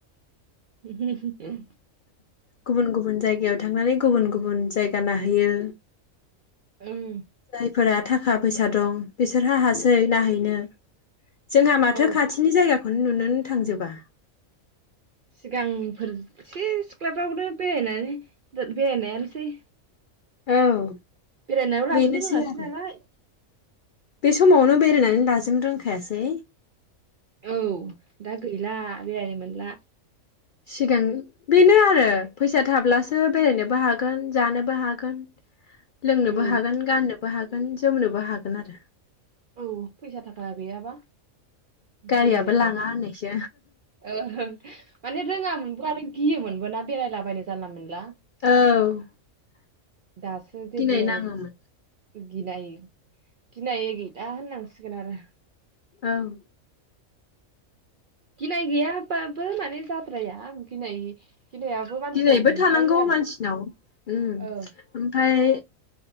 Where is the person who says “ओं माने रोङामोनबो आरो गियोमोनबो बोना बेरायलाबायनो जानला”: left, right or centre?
Right